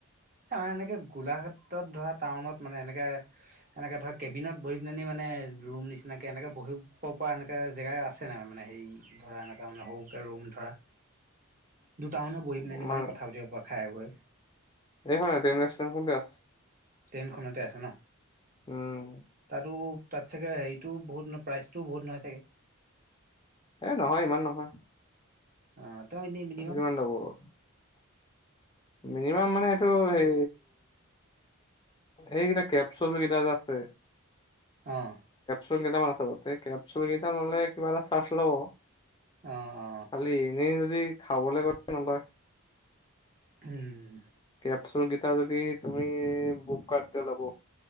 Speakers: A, on the right (about 40°); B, on the left (about 20°).
A: আমাৰ এনেকে গোলাঘাটত ধৰা টাউনত মানে এনেকে এনেকে ধৰা কেবিনত বহি পেলনিি মানে ৰুম নিচিনাকে এনেকে বহিব পৰা এনেককা জেগ আছে নাই মানে হেৰি ধৰা এনেকা মানে সৰুকে ৰুম ধৰা
B: <inaudible>
A: দুটা মানে বহি পিনে এনে
B: মান
A: মানে কথা পাতিব পৰা। খাই বৈ
B: এইখনে ট্ৰেন ষ্টেন খন আছ
A: ট্ৰেইনখনতে আছে ন?
B: উম
A: তাতো তাত চাগে হেৰিটোও বহুত নহয় প্ৰাইজটোও বহুত নহয় চাগে।
B: এ নহয় ইমান নহয়।
A: অ, তেওঁ এনেই
B: <unintelligible>
A: মিনিমাম
B: মিনিমাম মানে সেইটো হে এইকেইটা কেপচুল কেইটা যে আছে
A: অ'
B: কেপচুল কেইটামান আছে তাতে কেপচুল কেইটা ল'লে কিবা এটা চাৰ্জ ল'ব।
A: অ অ
B: খালি এনেই যদি খাবলৈ কৈছে নলয়।
A: উম।
B: কেপচুল কেইটা যদি তুমি বুক কৰা তে ল'ব